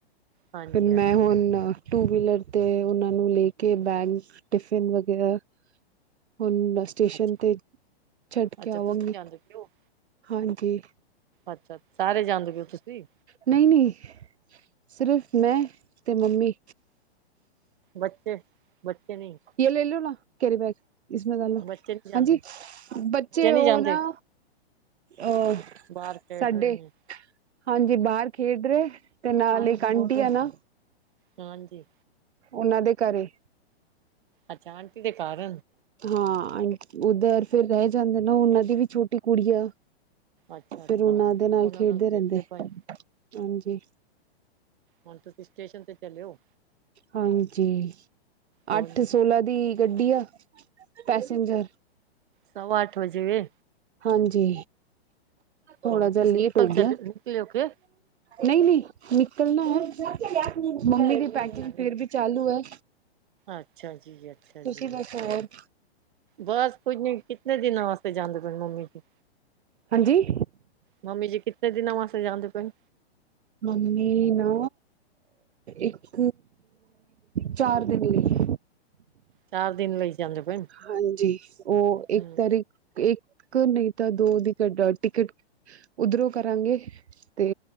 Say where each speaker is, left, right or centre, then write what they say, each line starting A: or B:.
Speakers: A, on the right; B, on the right.
A: ਹਾਂਜੀ
B: ਫਿਰ
A: ਹਾਂਜੀ
B: ਮੈਂ ਹੁਣ
A: ਹਾਂਜੀ
B: ਟੂ ਵੀਲਰ ਤੇ ਉਹਨਾਂ ਨੂੰ ਲੈ ਕੇ ਬੈਗ ਟਿਫਿਨ ਵਗੈਰਾ ਹੁਣ ਸਟੇਸ਼ਨ
A: ਅੱਛਾ
B: ਤੇ ਛੱਡ
A: ਅੱਛਾ
B: ਕੇ
A: ਤੁਸੀਂ
B: ਆਵਾਂਗੀ,
A: ਜਾਂਦੇ ਪਏ ਹੋ
B: ਹਾਂਜੀ।
A: ਅੱਛਾ ਅੱਛਾ, ਸਾਰੇ ਜਾਂਦੇ ਪਇਓ ਤੁਸੀਂ
B: ਨਹੀਂ, ਨਹੀਂ, ਸਿਰਫ਼ ਮੈਂ ਤੇ ਮੰਮੀ।
A: ਬੱਚੇ, ਬੱਚੇ ਨਹੀਂ।
B: ਜੇ ਲੈ ਲਓ ਨਾ ਕੈਰੀ ਬੈਗ ਇਸਮੇ ਡਾਲੋ
A: ਬੱਚੇ ਨਹੀਂ ਜਾਂਦੇ
B: ਹਾਂਜੀ ਬੱਚੇ
A: ਨਹੀਂ
B: ਉਹ
A: ਜਾਂਦੇ
B: ਨਾ ਅ,
A: ਬਾਹਰ ਖੇਡ
B: ਸਾਡੇ
A: ਰਹੇ ਨੇ
B: ਹਾਂਜੀ, ਬਾਹਰ ਖੇਡ ਰਹੇ ਤੇ ਨਾਲ ਇਕ ਆਟੀ ਆ ਨਾ
A: ਹਾਂਜੀ।
B: ਉਹਨਾਂ ਦੇ ਘਰੇ
A: ਅੱਛਾ, ਆਟੀ਼ ਦੇ ਘਰ
B: ਹਾਂ ਉੱਧਰ ਫਿਰ ਰਹਿ ਜਾਂਦੇ ਨਾ ਉਹਨਾਂ ਦੀ ਵੀ ਛੋਟੀ ਕੁੜੀ ਆ
A: ਅੱਛਾ ਅੱਛਾ
B: ਫਿਰ ਉਹਨਾਂ ਦੇ ਨਾਲ
A: ਉਹਨਾਂ
B: ਖੇਡਦੇ ਰਹਿੰਦੇ,
A: ਪਏ
B: ਹਾਂਜੀ।
A: ਹੁਣ ਤੁਸੀਂ ਸਟੇਸ਼ਨ ਤੇ ਚਲਿਓ।
B: ਹਾਂਜੀ,
A: ਹੋਰ
B: ਅੱਠ
A: ਨਹੀਂ
B: ਸੋਲਾਂ ਦੀ ਗੱਡੀ ਆ, ਪੈਸੇਜਰ
A: ਸਵਾ ਅੱਠ ਵਜੇ ਵੀ।
B: ਹਾਂਜੀ, ਥੋੜਾ
A: ਹੁਣ
B: ਜਿਹਾ
A: ਤੁਸੀਂ
B: ਲੇਟ
A: ਨਿਕਲ
B: ਹੋ
A: ਚਲੇ
B: ਗਿਆ।
A: ਨਿਕਲੇ ਹੋ ਕੇ
B: ਨਹੀਂ, ਨਹੀਂ, ਨਿਕਲਣਾ ਹੈ, ਮੰਮੀ ਦੀ ਪੈਕਿੰਗ
A: ਅੱਛਾ ਜੀ
B: ਫਿਰ ਵੀ ਚਾਲੂ ਹੈ।
A: ਅੱਛਾ ਜੀ, ਅੱਛਾ
B: ਤੁਸੀਂ
A: ਜੀ।
B: ਬਸ ਹੋਰ
A: ਬਸ ਪੁੱਜੇ ਕਿਤਨੇ ਦਿਨਾਂ ਵਾਸਤੇ ਜਾਂਦੇ ਪਏ ਮੰਮੀ ਜੀ
B: ਹਾਂਜੀ।
A: ਮੰਮੀ ਜੀ ਕਿਤਨੇ ਦਿਨਾ ਵਾਸਤੇ ਜਾਂਦੇ ਪੇਨ?
B: ਮੰਮੀ ਨਾ ਇੱਕ ਚਾਰ ਦਿਨ ਲਈ।
A: ਚਾਰ ਦਿਨ ਲਈ। ਜਾਂਦੇ ਪਏ ਨੇ
B: ਹਾਂਜੀ, ਉਹ
A: ਹੂੰ
B: ਇੱਕ ਤਾਰੀ ਇੱਕ ਨਹੀਂ ਤਾਂ ਦੋ ਦੀ ਘ <unintelligible> ਟਿਕਟ। ਉੱਧਰੋਂ ਕਰਾਂਗੇ ਤੇ